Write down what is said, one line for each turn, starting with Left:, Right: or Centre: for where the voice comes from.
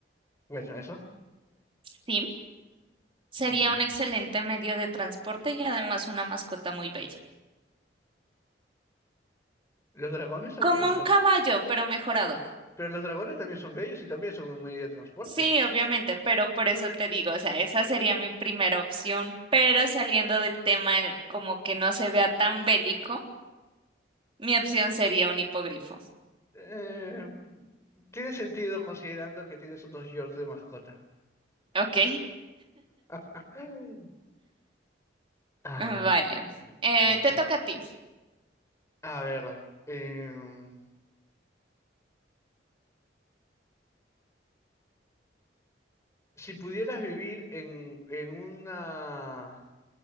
Left: Bueno, eso.
Right: Sí, sería
Left: Mm.
Right: un excelente medio de transporte y además una mascota muy bella.
Left: Los dragones son,
Right: Como
Left: eh, son-
Right: un caballo, pero mejorado.
Left: Pero los dragones también son bellos y también son un medio de transporte.
Right: Sí, obviamente, pero por eso te digo, o sea, esa sería mi primera opción, pero saliendo del tema en- como que no se vea tan bélico, mi opción sería un hipogrifo.
Left: Eh, tiene sentido considerando que tienes unos Yorks de mascota.
Right: ¿Ok?
Left: <gasps> Mm. Ah,
Right: Mm, Vale. Eh,
Left: bueno.
Right: te toca a ti.
Left: A ver, em, si pudieras vivir en, en una...